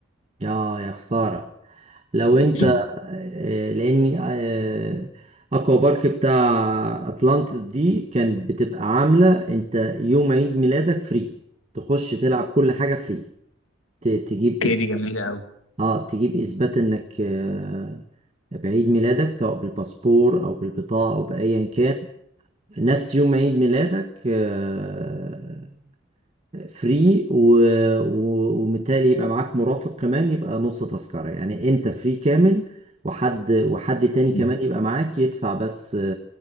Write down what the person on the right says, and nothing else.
اه يا خسارة لو انت
آه، لاني آه، اكوا بارك بتاع اتلانتس دي كانت بتبقى عاملة انت يوم عيد ميلادك فري تخش تلعب كل حاجة فري ت- تجيب
إث-
اه تجيب اثبات انك آه، بعيد ميلادك سواء بالباسبور او بالبطاقة او بايا كان نفس يوم عيد ميلادك آه، فري و... و... وبالتالي يبقى معاك مرافق كمان يبقى نص تذكرة يعني انت فري كامل وحد وحد تاني كمان
يبقى معاك يدفع بس